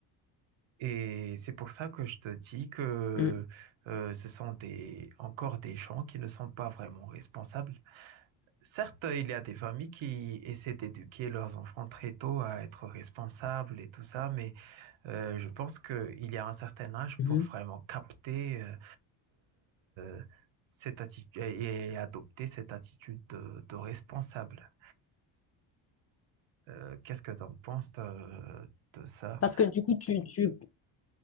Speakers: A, on the right; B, on the left.
A: Et c'est pour ça que je te dis que
B: Mm,
A: euh, ce sont des, encore des gens qui ne sont pas vraiment responsables. Certes, il y a des familles qui essaient d'éduquer leurs enfants très tôt à être responsables et tout ça, mais euh, je pense qu'il y a un certain âge
B: mhm.
A: pour vraiment capter euh, euh, cette attitude et adopter cette attitude de, de responsable. Euh, qu'est-ce que tu en penses de, de ça?
B: Parce que du coup, tu, tu-